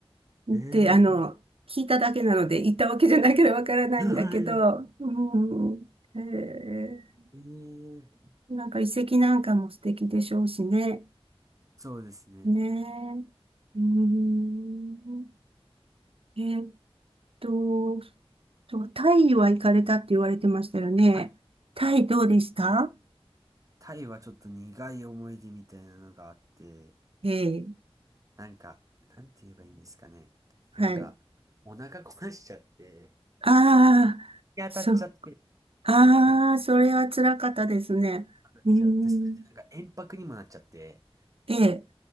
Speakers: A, on the right; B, on the right.
A: て。
B: って、
A: ええ
B: あの、聞いただけなので、行ったわけじゃないからわからないんだけど、
A: ー。<laughs> はい。
B: うん、へえ
A: ええー。
B: なんか遺跡なんかも素敵でしょうしね。
A: そうですね。
B: ねえ。うん、えっと、そう、タイは行かれたって言われてましたよね。
A: はい
B: タイどうでした
A: タイはちょっと苦い思い出みたいなのがあって、
B: ええ、
A: なんか、なんて言えばいいんですかね。
B: はい。
A: なんか、お腹壊しちゃって、
B: ああ、
A: 日当たっちゃって。
B: そう、ああ、
A: なんか
B: それは辛かったですね。
A: そうですよ。
B: うーん、
A: で、それでなんか延泊にもなっちゃって、
B: ええ、